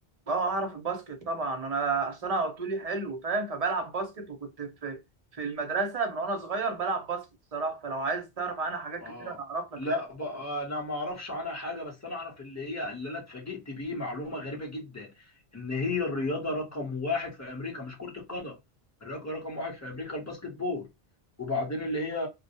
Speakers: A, on the right; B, on the left.
A: اه اعرف الباسكت طبعا انا اصل انا طولي حلو فاهم فبلعب باسكت وكنت في في المدرسه من وانا صغير بلعب باسكت الصراحه فلو عايز تعرف عنها حاجات
B: اه
A: كتير انا اعرف لك
B: لا
A: لعب
B: بقى انا ما اعرفش عنها حاجه بس انا اعرف اللي هي اللي انا اتفاجئت بيه معلومه غريبه جدا ان هي الرياضه رقم واحد في امريكا مش كره القدم الرياضه رقم واحد في امريكا الباسكت بول وبعدين اللي هي